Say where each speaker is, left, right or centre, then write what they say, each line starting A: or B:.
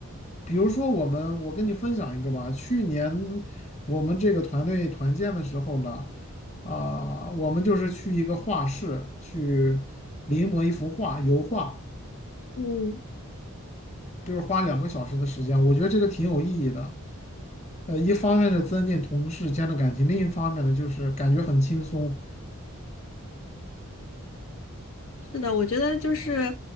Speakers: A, on the left; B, on the left.
A: 比如说我们，我跟你分享一个吧。去年我们这个团队团建的时候呢，啊、我们就是去一个画室去临摹一幅画，油画，
B: 嗯，
A: 就是花两个小时的时间。我觉得这个挺有意义的。呃，一方面是增进同事间的感情，另一方面呢，就是感觉很轻松。
B: 是的，我觉得就是，